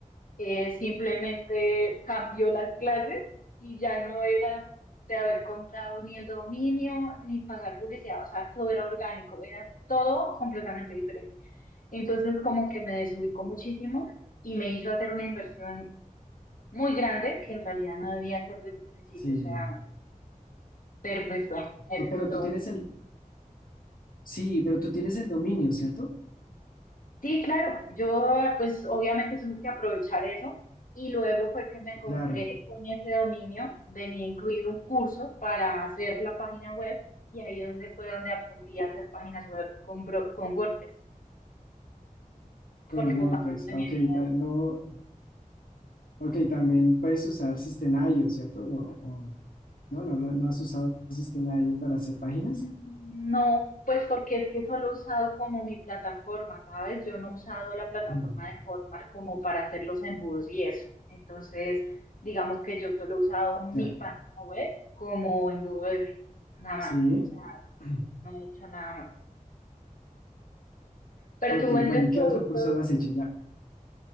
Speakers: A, on the left (about 70°); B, on the left (about 85°).
A: eh, simplemente cambió las clases y ya no era de haber comprado ni el dominio, ni pagar publicidad, o sea, todo era orgánico, era todo completamente diferente. Entonces como que me desubicó muchísimo y me hizo hacer una inversión muy grande que en realidad no debía hacer desde el principio.
B: sí.
A: O sea, pero pues bueno, ese
B: No, Pero
A: es otro.
B: tú tienes el, sí, pero tú tienes el dominio, ¿cierto?
A: Sí, claro, yo pues obviamente tuve que aprovechar eso y luego fue que me compré
B: Claro.
A: con ese dominio, venía incluido un curso para hacer la página web y ahí donde fue donde aprendí a hacer páginas web con, Bro- con WordPress,
B: Con
A: porque
B: WordPress.
A: pues tampoco tenía
B: Ok,
A: ni idea
B: ta- no, ok, también puedes usar System.io, ¿cierto? No, o- no, no, lo- no has usado System.io para hacer páginas.
A: No, pues porque es que solo he usado como mi plataforma, ¿sabes? Yo no he usado la plataforma
B: <clears throat>
A: de Hotmart como para hacer los embudos y eso. Entonces, digamos que yo solo he usado mi
B: Ya,
A: página web como embudo de venta, nada
B: sí.
A: más. O sea,
B: <clears throat>
A: no he hecho nada más. Pero
B: Ok,
A: tú vendes
B: bueno, ¿y qué
A: productos,
B: otro curso has hecho? Ya,